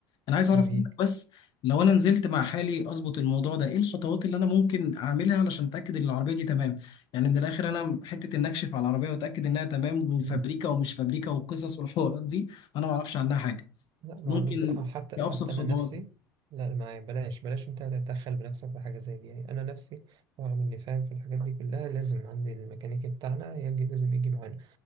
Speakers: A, on the left (about 50°); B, on the right (about 50°).
A: انا عايز اعرف
B: جميل
A: منك بس لو انا نزلت مع حالي اظبط الموضوع ده ايه الخطوات اللي انا ممكن اعملها علشان اتاكد ان العربيه دي تمام يعني من الاخر انا حته ان اكشف على العربيه واتاكد انها تمام وفابريكا
B: مم.
A: ومش فابريكا والقصص والحوارات دي انا ما اعرفش عنها حاجه
B: لا ما
A: ممكن
B: بص آه، حتى
A: ايه
B: حتى
A: ابسط خطوات
B: انا نفسي لا ما بلاش بلاش انت تتدخل بنفسك في حاجه زي دي يعني انا نفسي رغم اني فاهم في الحاجات دي كلها لازم عندي الميكانيكي بتاعنا يجي لازم يجي معانا